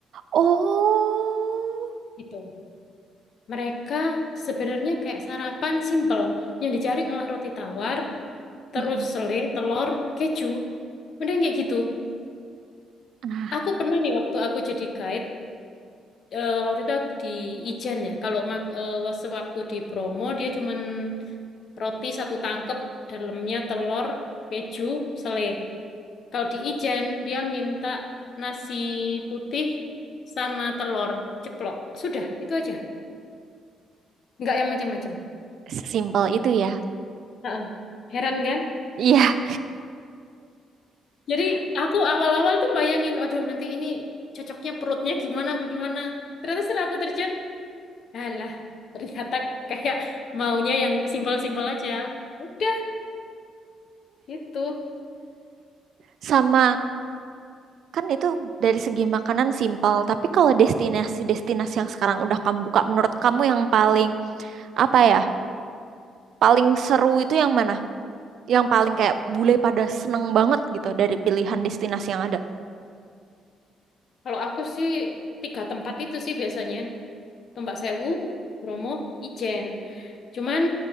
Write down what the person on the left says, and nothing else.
Gitu. Mereka sebenarnya kayak sarapan simple. Yang dicari malah roti tawar, terus
selai, telur, keju. Mending kayak gitu.
Aku pernah nih waktu aku jadi guide, eh, waktu itu di Ijen ya. Kalau mak- eh, sewaktu di Bromo dia cuman roti satu tangkep, dalamnya telur, keju, selai. Kalau di Ijen dia minta nasi putih sama telur ceplok. Sudah, itu aja. Nggak yang macam-macam.
Heeh. Heran kan?
Jadi aku awal-awal tuh bayangin, waduh nanti ini cocoknya perutnya gimana, bagaimana. Ternyata setelah aku terjun, alah ternyata kayak maunya yang simpel-simpel aja. Udah gitu.
Kalau aku sih tiga tempat itu sih biasanya. Tombak Sewu, Bromo, Ijen. Cuman